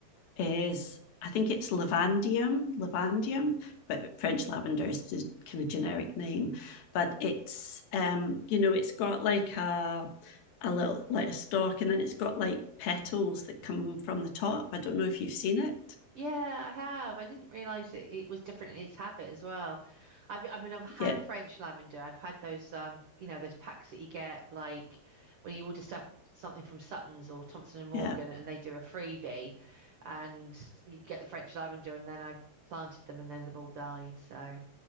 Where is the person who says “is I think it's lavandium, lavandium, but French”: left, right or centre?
Left